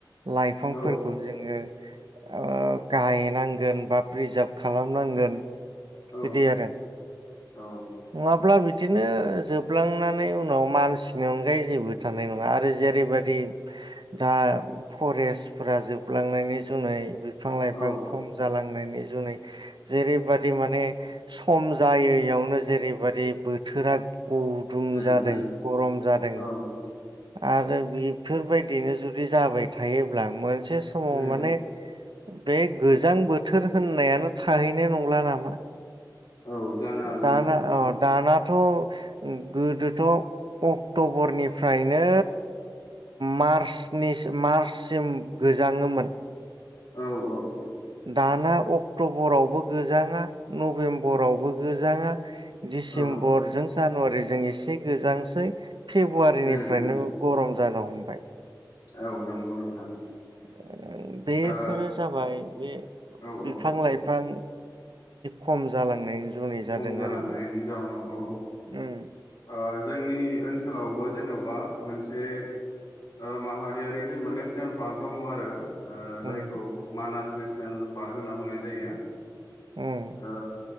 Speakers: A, on the right; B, on the left.
A: लाइफांफोरखौ
B: औ
A: जोङो ओ गायनांगोन बा प्रिजार्भ खालामनांगोन।
B: औ
A: बिदि आरो।
B: औ
A: नङा ब्ला बिदिनो जोबलांनानै उनाव मानसिनि अनगायै जेबो थानाय नङा आरो जेरैबायदि दा फरेस्टफोरा जोबलांनायनि जुनै बिफां लाइफां
B: औ
A: खम जालांनाय नि जुनै जेरैबायदि माने सम जायै बेयावनो जेरैबायदि बोथोरा गुदुं
B: उम
A: जादों
B: उम
A: गरम जादों
B: औ
A: आरो बेफोरबायदिनो जुदि जाबाय थायोब्ला मो से समाव
B: उम
A: माने बे गोजां बोथोर होननायानो थाहैनाय नंला नामा?
B: औ जानो हागौ
A: दाना
B: नोंथां
A: अ' दाना थ' गोदोथ' अक्ट'बरनिफ्रायनो मार्चनि मार्चसिम गोजाङोमोन।
B: औ औ।
A: दाना अक्ट'बरावबो गोजाङा नभेम्बरावबो गोजाङा डिसेम्बरजों
B: औ
A: जानुवारि जों एसे गोजांसै। फेब्रुवारिनिफ्रायनो
B: उम उम
A: गरम जानो हमबाय।
B: औ नंगौ नोंथां
A: ओ बेफोरो
B: ओ
A: जाबाय बे
B: औ औ
A: बिफां लाइफां खम जालांनायनि जुनै जादों
B: खम जालांनायनि
A: आरो मा
B: जाउनाव औ
A: उम
B: ओ जोंनि ओनसोलावबो जेन'बा मोनसे ओ माहारियारि जेनेबा नेसनेल पार्क दङ आरो। ओ जायखौ
A: उम
B: मानास नेस नेल पार्क होनना बुंनाय जायो।
A: ओम
B: ओ